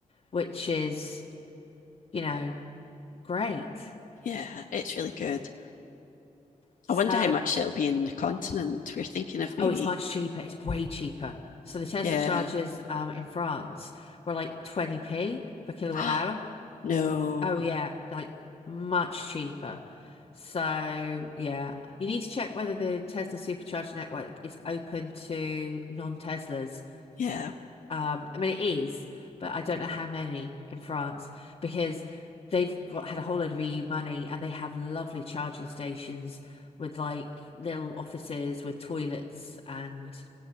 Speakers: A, on the left (about 45°); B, on the left (about 70°).
A: which is, you know, great.
B: Yeah, it's really good.
A: So,
B: I wonder how much it'll be in the continent. We're thinking of maybe,
A: oh, it's much cheaper. It's way cheaper. So the Tesla
B: yeah.
A: chargers um in France were like 20p per kilowatt
B: <gasps>
A: hour.
B: No.
A: Oh yeah, like much cheaper. So yeah, you need to check whether the Tesla Supercharger network is open to non-Teslas.
B: Yeah,
A: Um, I mean it is, but I don't know how many in France because they've got had a whole load of EU money and they have lovely charging stations with like little offices with toilets and